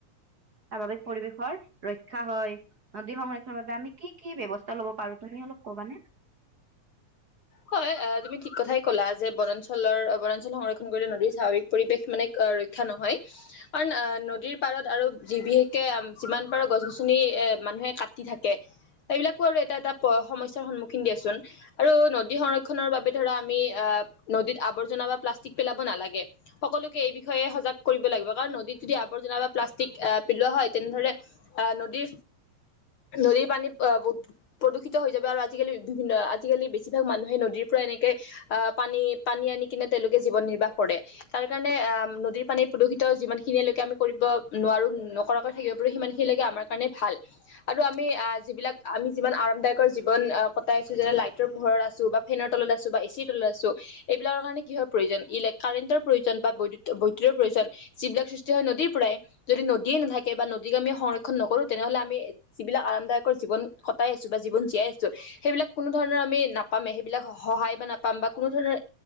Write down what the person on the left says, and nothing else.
হয় <inaudible> হয় আ তুমি ঠিক কথাই ক'লা যে বনাঞ্চলৰ অ বনাঞ্চল সংৰক্ষণ কৰিলে নদীৰ স্বাভাৱিক পৰিৱেশ মানে ৰ ক্ষা নহয় কাৰণ আহ নদীৰ পাৰত আৰু যি বিশেষকে যিমান পাৰো গছ গছনি এ মানুহে কাটি থাকে এইবিলাকো আৰু এটা এটা প সমস্যাৰ সন্মুখীন দিয়েচোন। আৰু নদী সংৰক্ষনৰৰ বাবে ধৰা আমি আহ নদীত আৱৰ্জনা বা প্লাষ্টিক পেলাব নালাগে। সকলোকে এই বিষয়ে সজাগ কৰিব লাগিব কাৰণ নদীত যদি আৱৰ্জনা বা প্লাষ্টিক আহ পিলোৱা হয় তেনেধৰণে আহ নদি নদীৰ পানী আ প প্ৰদূষিত হৈ যাব আৰু আজিকালি বিভিন্ন আজিকালি বেছিভাগ মানুহে নদীৰ পৰা এনেকে আহ পানী পানী আনি কিনে তেওঁলোকে জীৱন নিৰ্বাহ কৰে। তাৰকাৰণে আ নদীৰ পানী প্ৰদূষিত যিমান খিনিলৈকে আমি কৰিব নোৱাৰো নকৰাকৈ থাকিব পাৰো সিমান খি লেকে আমাৰ কাৰণে ভাল আৰু আমি আহ যিবিলাক আমি যিমান আৰামদায়কৰ জীৱন আ কটাইছো যেনে লাইট টৰ পোহৰত আছো বা ফেনৰ তলত আছো বা এ চিৰ তলত আছো এইবিলাকৰ কাৰণে কিহৰ প্ৰয়োজন ইলে কাৰেণ্টৰ প্ৰয়োজন বা বৈ বৈদ্যুতৰ প্ৰয়োজন যিবিলাক সৃষ্টি হয় নদীৰ পৰাই যদি নদীয়ে নাথাকে বা নদীক আমি সংৰক্ষণ নকৰো তেনেহলে আমি যিবিলাক আৰামদায়কৰ জীৱন কটাই আছো বা জীৱন জীয়াই আছো সেইবিলাক কো ধৰণৰ আমি নাপামে সেইবিলাক হ সহায় বা নাপ পাম বা কোনো ধৰণৰ